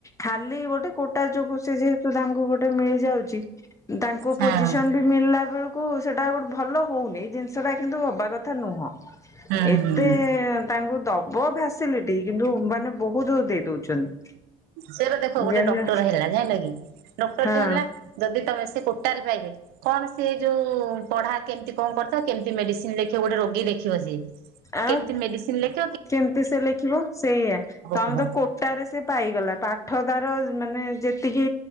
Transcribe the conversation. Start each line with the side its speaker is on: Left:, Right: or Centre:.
Left: ଖାଲି ଗୋଟେ କୋଟା ଯୋଗୁ, ସେ ଯେହେତୁ ତାଙ୍କୁ ଗୋଟେ ମିଳି ଯାଉଛି। ତାଙ୍କୁ
Right: ହଁ
Left: ପୋଜିସନ ବି ମିଳିଲା ବେଳକୁ ସେଟା ଗୋଟେ ଭଲ ହଉନି, ଜିନି ସେଇଟା କିନ୍ତୁ ହବା କଥା ନୁହଁ।
Right: ହୁଁ
Left: ଏତେ
Right: ହୁଁ
Left: ତାଙ୍କୁ ଦବ ଫାସିଲିଟି, କିନ୍ତୁ ମାନେ ବହୁତ ଦେଇ ଦଉଛନ୍ତି।
Right: ସେରା ଦେଖ ଗୋଟେ
Left: ଜେନେରାଲ
Right: ଡକ୍ଟର ହେଲା, ଜାଇଁଲ କି ଡକ୍ଟର
Left: ହଁ
Right: ଟେ ହେଲା ଯଦି ତମେ ସେ କୋଟାରେ ପାଇବେ। କଣ ସିଏ ଯୋଉ ପଢା କେମିତି କଣ କରିଥିବ, କେମିତି ମେଡିସିନ ଲେଖିବ? ଗୋଟେ ରୋଗୀକି ଦେଖିବ ସିଏ।
Left: ଆଉ
Right: କେମିତି ମେଡିସିନ୍ ଲେଖ
Left: କେମିତି ସେ ଲେଖିବ, ସେଇୟା ତମେ
Right: କୁହ
Left: ତ କୋ କୋଟାରେ ସେ ପାଇଗଲା, ପାଠ ତାର ମାନେ ଯେତିକି